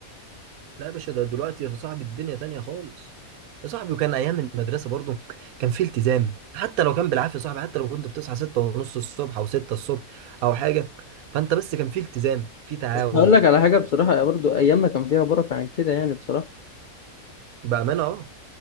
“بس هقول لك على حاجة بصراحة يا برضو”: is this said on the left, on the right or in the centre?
Left